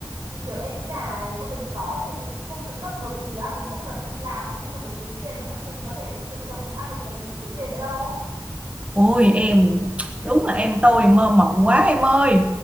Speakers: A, on the right; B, on the right.
A: thì kiểu em nghĩ là nếu mà mình có thể tự cung tự cấp được thì á, mình không cần phải đi làm nữa không cần phải kiếm tiền nữa mình có thể tự trồng tự ăn được thì cần gì phải kiếm tiền nữa đâu
B: Ôi em đúng là em tôi mơ mộng quá em ơi